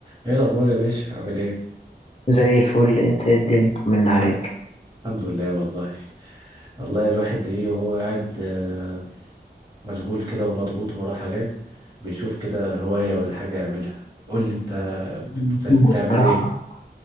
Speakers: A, on the right (about 25°); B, on the left (about 35°).
A: ايه الاخبار يا باشا عامل ايه
B: زي الفل انت ايه الدنيا من عليك
A: الحمد الحمد لله والله والله الواحد ايه وهو قاعد آه، مشغول كده ومضغوط وراه حاجات بيشوف كده هواية ولا حاجة يعملها قول لي انت بتستف...
B: مخنوق
A: بتعمل
B: الصراحة
A: ايه